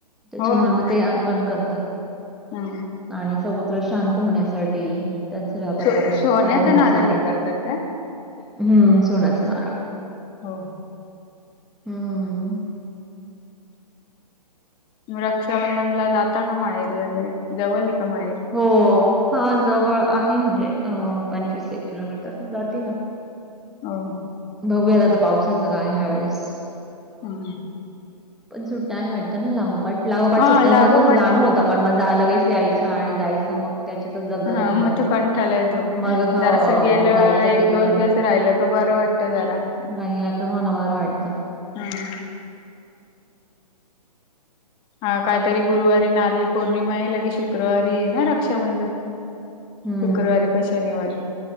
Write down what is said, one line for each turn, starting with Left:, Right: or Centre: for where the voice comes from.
Centre: त्याच्यामुळे
Left: हो ना
Centre: मग ते अर्पण करतात
Left: हम्म
Centre: आणि समुद्र शांत होण्यासाठी त्यांचा व्यापार
Left: सो
Centre: परत
Left: सोन्याचा
Centre: चालू होण्यासाठी
Left: नारळ हे करतात काय?
Centre: हम्म सोनचा नारळ
Left: हो
Centre: हम्म
Left: म रक्षाबंधनला जाता का मायेरी वगैरे जवल आहे का माहेर
Centre: हो हा जवळ आहे म्हणजे पंचवीस एक किलोमीटर जाती ना
Left: हो
Centre: बघूयात आता पावसाचं काय ह्या वेळेस
Left: हम्म
Centre: पण सुट्ट्या आहे वाटत ना लागोपाठ, लागोपाठ
Left: हा
Centre: सुट्ट्याच
Left: लागोपाठ
Centre: कसं होत जाणं
Left: आहेत
Centre: होतं पण म जा लगेस यायचं आणि जायचं मग त्याच्यातच दगदग
Left: हा
Centre: होऊन जाते.
Left: मग तू कंठाला एतो
Centre: मग हो
Left: जरास गेलं
Centre: मग जायचं
Left: एक,
Centre: किती
Left: दोन दिवस राहिलं का बरं वाट कुठ जरा
Centre: नाहीला का होणार बर वाटतं
Left: हां हा काहीतरी गुरुवारी नारली पौर्णिमा आहे लगेच शुक्रवारी आहे ना रक्षाबंधन
Centre: हम्म
Left: शुक्रवारी का शनिवारी